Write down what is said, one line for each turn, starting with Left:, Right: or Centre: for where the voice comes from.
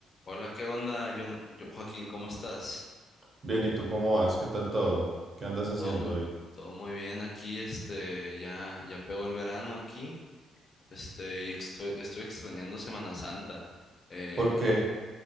Left: Hola, ¿qué onda? Yo, yo- Joaquín, ¿cómo estás?
Right: Bien, ¿y tú cómo vas? ¿Qué tal todo? ¿Qué andas haciendo
Left: Todo,
Right: hoy?
Left: todo muy bien aquí, este, ya, ya pegó el verano aquí, este, y estoy, estoy extrañando Semana Santa. Eh,
Right: ¿Por qué?
Left: te-